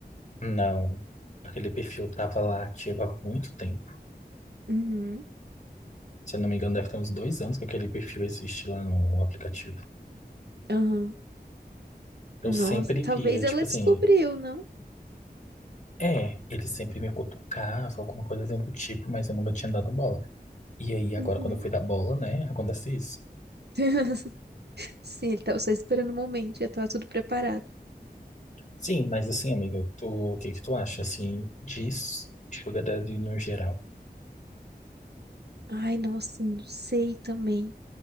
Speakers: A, on the left; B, on the right.
A: Não. Aquele perfil tava lá ativo há muito tempo.
B: Uhum.
A: Se eu não me engano, deve ter uns dois anos que aquele perfil existe lá no aplicativo.
B: Aham.
A: Eu
B: Nossa,
A: sempre
B: talvez
A: via, tipo
B: ela
A: assim,
B: descobriu, não?
A: é, ele sempre me cutucava, alguma coisa assim do tipo, mas eu nunca tinha dado bola. E aí, agora,
B: Uhum.
A: quando eu fui dar bola, né, acontece isso.
B: <laughs> Sim, ele tava só esperando o momento, já tava tudo preparado.
A: Sim, mas assim, amiga, tu, o que que tu acha, assim, de Sugar Daddy no geral?
B: Ai, nossa, não sei também.